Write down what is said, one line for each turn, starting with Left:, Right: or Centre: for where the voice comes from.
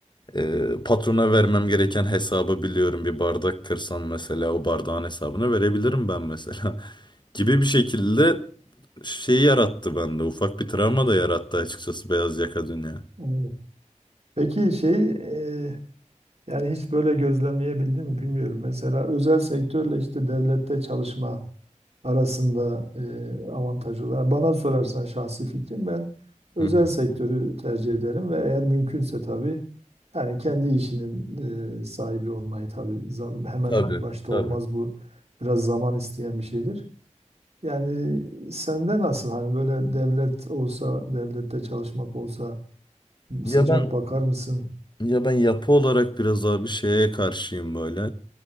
Left: e, patrona vermem gereken hesabı biliyorum. Bir bardak kırsam mesela o bardağın hesabını verebilirim ben mesela. <laughs> Gibi bir şekilde şey yarattı bende. Ufak bir travma da yarattı açıkçası beyaz yaka dünya.
Right: Evet. Peki şey e, Yani hiç böyle gözlemleyebildin mi bilmiyorum. Mesela özel sektörle işte devlette çalışma arasında e, avantajı olan. Bana sorarsan şahsi fikrim ben özel
Left: Hı hı.
Right: sektörü tercih ederim ve eğer mümkünse tabii yani kendi işinin e, sahibi olmayı tabii za- hemen
Left: Tabii,
Right: başta
Left: tabii.
Right: olmaz bu biraz zaman isteyen bir şeydir. Yani sende nasıl hani böyle devlet olsa devlette çalışmak olsa
Left: Ya
Right: sıcak
Left: ben
Right: bakar mısın?
Left: ya ben yapı olarak biraz abi şeye karşıyım böyle.